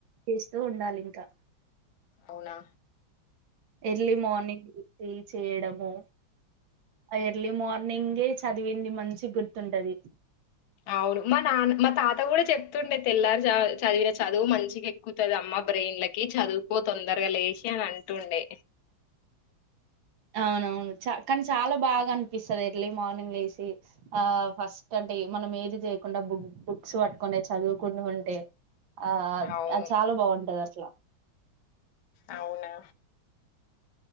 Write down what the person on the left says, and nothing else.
అవునా
అవును మా నాన్న మా తాత కూడా చెప్తుండే తెల్లారిజామ్ చ చదివిన చదువు మంచిగా ఎక్కుతది అమ్మ బ్రెయిన్లకి చదువుకో తొందరగా లేచి అని అంటుండే
అవును
అవునా